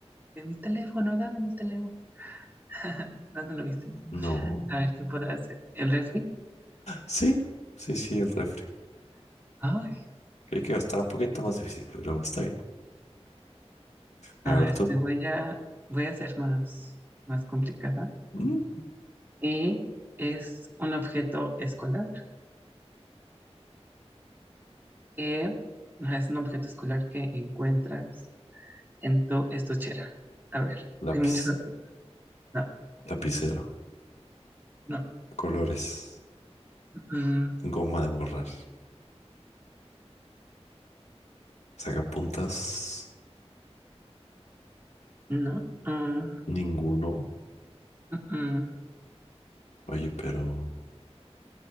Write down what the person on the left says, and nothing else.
No.
Sí, sí, sí, el refri.
Creí que estaba un poquito más difícil, pero está bien. A
ver tú.
Mm, ok.
Lápiz,
lapicero,
colores,
goma de borrar, sacapuntas,
ninguno.
Oye, pero